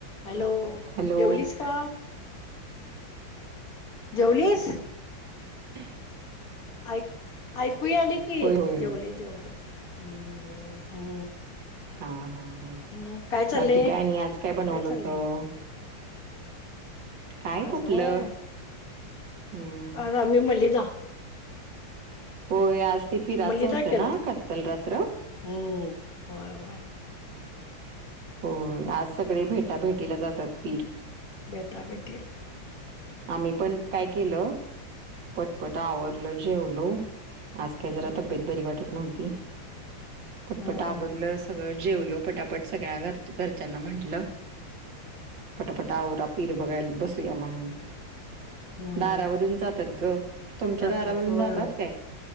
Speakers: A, on the left (about 50°); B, on the right (about 65°).
A: हॅलो
B: हॅलो
A: जेवलीस का जेवलीस
B: ह
A: ऐक ऐकू आले की
B: होय होय
A: जेवले जेवल ह् हा
B: हा हा हा
A: म काय चाललंय
B: बाकी काय आणि आज बनवलं
A: काय
B: होतं?
A: चाललंय
B: काय
A: आजय
B: कुठलं? हम्म
A: आज आम्ही मलिदा
B: होय आज ते पिराचं
A: मलिदा
B: होतं
A: केलता
B: ना खत्तल रात्र
A: हम्म होय वय
B: हो आज सगळे भेटाभेटीला जातात पीर
A: बेताबेटील
B: आम्ही पण काय केलं पटपट आवरलं जेवलो आज काय जरा
A: हम्म
B: तब्येत बरी वाटत नव्हती पटपट
A: हम्म
B: आवरलं सगळं जेवलो पटापट सगळ्या घर घरच्यांना म्हटलं पटापट आवर पीर बघायला बसू या म्हणून
A: हम्म
B: दारावरून जातात ग तुमच्या
A: जात्यात
B: दारावरून
A: होय
B: जातात
A: हो
B: काय?